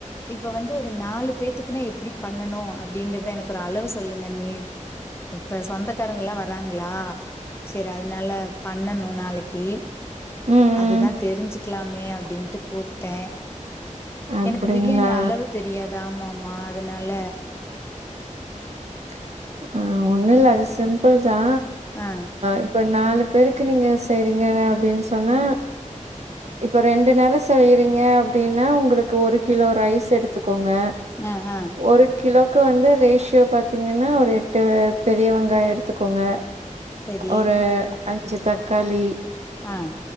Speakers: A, on the left; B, on the right.
A: இப்ப வந்து ஒரு நாலு பேத்துக்குன்னா எப்டி பண்ணணோ அப்டிங்குறத எனக்கு ஒரு அளவு சொல்லுங்கண்ணி இப்ப சொந்தக்காரங்கல்லா வராங்களா செரி அதனால பண்ணணோ நாளை க்கி
B: ம்
A: அதுதா
B: ம்
A: தெரிஞ்சு க்கலாமே அப்டின்டு கூப்ட்டே
B: அப்டிங்களா
A: எனக்கு பிரியாணி அளவு தெரியாது தா மாமா அதனால
B: <unintelligible> ஒண்ணோயில்ல அது சிம்பிள் தா
A: ஆ
B: இப்ப நாளு பேருக்கு நீங்க செய்றீங்க அப்டின்னு சொன்னா இப்ப ரெண்டு நேரோ செய்றீங்க அப்டின்னா உங்களுக்கு ஒரு கிலோ ரைஸ் எடுத்துக் கோங்க
A: ஆ ஆ
B: ஒரு கிலோக்கு வந்து ரேஷியோ பாத்தீங்க ன்னா ஒரு எட்டு பெரிய வெங்காயோ எடுத்துக்கோங்க
A: சரி
B: ஒரு அஞ்சு தக் களி
A: ஆஹ்